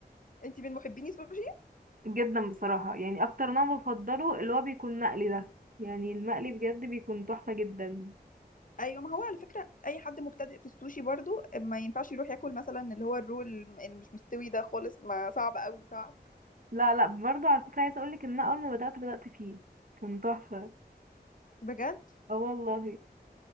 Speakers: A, on the left; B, on the right.
A: أنت من محبيني سوشي
B: جدا بصراحة يعني اكتر نوع بفضله اللي هو بيكون مقلي ده يعني المقلي بجد بيكون تحفة جدا
A: أيوة ما هو على فكرة أي حد مبتدئ في السوشي برضو ما ينفعش يروح ياكل مثلا اللي هو الرول اللي مش مستوي ده خالص ما صعب قوي صعب
B: لا لا برضه على فكرة عايزة اقولك ان انا اول ما بدأت بدأت فيه كان تحفة
A: بجد
B: اه والله